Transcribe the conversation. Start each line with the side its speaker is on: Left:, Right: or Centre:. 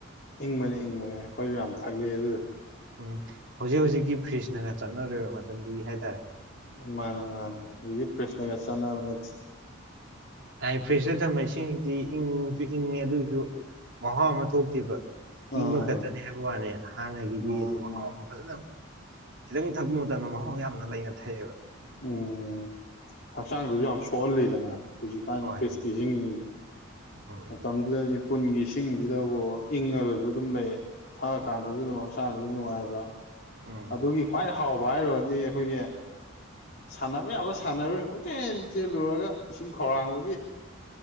Left: ꯏꯪꯕꯅꯦ ꯏꯪꯕꯅꯦ ꯑꯩꯈꯣꯏꯁꯨ ꯌꯥꯝ ꯊꯛꯂꯛꯑꯦ ꯑꯗꯨꯗꯣ
Right: ꯎꯝ ꯍꯧꯖꯤꯛ ꯍꯧꯖꯤꯛꯀꯤ ꯐ꯭ꯔꯤꯖꯅꯒ ꯆꯠꯅꯔꯣꯏꯕ <unintelligible> ꯍꯥꯏꯇꯥꯔꯦ
Left: ꯃꯥꯅꯦ ꯃꯥꯅꯦ ꯍꯧꯖꯤꯛꯀꯤ ꯐꯔ꯭ꯤꯁ ꯅꯒ ꯆꯠꯅꯕ ꯅꯠꯇꯦ
Right: ꯍꯥꯏ ꯐ꯭ꯔꯦꯁꯇ ꯊꯝꯕ ꯏꯁꯤꯡꯁꯤꯗꯤ ꯏꯪꯁꯨ ꯏꯪꯉꯦ ꯑꯗꯨꯒꯤꯁꯨ ꯃꯍꯥꯎ ꯑꯃ ꯊꯣꯛꯇꯦꯕ
Left: ꯑꯥ
Right: ꯏꯪꯕ ꯈꯛꯇꯅꯦ ꯍꯥꯏꯕ ꯋꯥꯅꯦ ꯍꯥꯟꯅꯒꯤꯗꯤ
Left: ꯃꯥꯅꯦ
Right: ꯑꯗꯨꯝ ꯃꯍꯥꯎ
Left: ꯃꯥꯅꯦ
Right: ꯑꯃꯥ ꯐꯖꯅ ꯈꯤꯇꯪ ꯊꯛꯄ ꯃꯇꯝꯗ ꯃꯍꯥꯎ ꯌꯥꯝꯅ ꯂꯩꯅ ꯊꯛꯑꯦꯕ
Left: ꯎꯝ ꯐꯁꯅ ꯊꯁꯨꯝꯁꯨ ꯐꯣꯟ ꯂꯤꯗꯅ ꯍꯧꯖꯤꯛꯀꯥꯟ
Right: ꯍꯣꯏ
Left: ꯐꯦꯁꯀꯤ ꯍꯁꯤꯡꯉꯤꯁꯤꯗ
Right: ꯎꯝ
Left: ꯑ ꯇꯝꯗꯨꯗ ꯄꯨꯟꯒꯤ ꯏꯁꯤꯡꯁꯤꯗꯕꯨ ꯏꯪꯉꯒꯁꯨ ꯑꯗꯨꯝ ꯂꯩ ꯊꯛꯑꯀꯥꯟꯗꯁꯨ ꯑꯗꯨꯝ ꯍꯛꯆꯥꯡꯁꯨ ꯅꯨꯡꯉꯥꯏꯕ
Right: ꯎꯝ
Left: ꯑꯗꯨꯒꯤ ꯈ꯭ꯋꯥꯏ ꯍꯥꯎꯕ ꯍꯥꯏꯔꯒꯗꯤ ꯑꯩꯈꯣꯏꯒꯤ ꯁꯥꯟꯅꯕ ꯌꯥꯕ ꯁꯥꯟꯅꯔꯣꯏꯅꯤ ꯀꯣꯏꯆꯦꯟ ꯆꯦꯜꯂꯨꯔꯒ ꯏꯁꯤꯡ ꯈꯧꯔꯥꯡꯕꯒꯤ